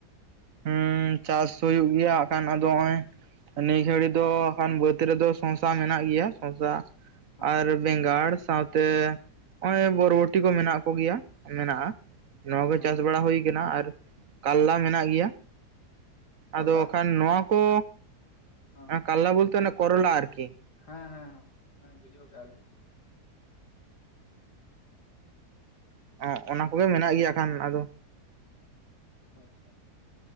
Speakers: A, on the right; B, on the left.
A: ᱦᱩᱸᱻ ᱪᱟᱥ ᱦᱩᱭᱩᱜ ᱜᱮᱭᱟ ᱦᱟᱜ ᱠᱷᱟᱱ ᱟᱫᱚ ᱦᱚᱜᱼᱚᱭ ᱱᱤ ᱜᱷᱟᱹᱲᱤ ᱫᱚ ᱠᱷᱟᱱ ᱵᱟᱹᱫᱽ ᱨᱮᱫᱚ ᱥᱚᱝᱥᱟ ᱢᱮᱱᱟᱜ ᱜᱮᱭᱟ ᱥᱚᱸᱥᱟ
B: ᱦᱮᱸ
A: ᱟᱨ ᱵᱮᱸᱜᱟᱲ ᱥᱟᱶᱛᱮ ᱚᱭ ᱵᱚᱨᱵᱚᱴᱤ ᱠᱚ ᱢᱮᱱᱟᱜ ᱠᱚᱜᱮᱭᱟ ᱢᱮᱱᱟᱜᱼᱟ᱾ ᱱᱚᱣᱟ ᱠᱚ ᱪᱟᱥ
B: ᱟᱪᱪᱷᱟ
A: ᱵᱟᱲᱟ ᱦᱩᱭ ᱠᱟᱱᱟ ᱟᱨ ᱠᱟᱞᱞᱟ ᱢᱮᱱᱟᱜ ᱜᱮᱭᱟ᱾
B: ᱠᱟᱞᱞᱟ
A: ᱟᱫᱚ ᱠᱷᱟᱱ
B: ᱠᱚ
A: ᱱᱚᱣᱟ ᱠᱚ
B: ᱦᱮᱸ
A: ᱠᱟᱞᱞᱟ ᱵᱚᱞᱛᱮ ᱚᱱᱟ ᱠᱚᱨᱚᱞᱟ ᱟᱨᱠᱤ
B: ᱦᱮᱸ ᱦᱮᱸ ᱦᱮ ᱦᱮᱸ ᱵᱩᱡᱷᱟᱹᱣ ᱠᱟᱜᱼᱟ ᱞᱤᱧ᱾
A: ᱚ ᱚᱱᱟ ᱠᱚᱜᱮ ᱢᱮᱱᱟᱜ ᱜᱮᱭᱟ ᱟᱠᱷᱟᱱ ᱟᱫᱚ
B: <inaudible> ᱟᱪᱪᱷᱟ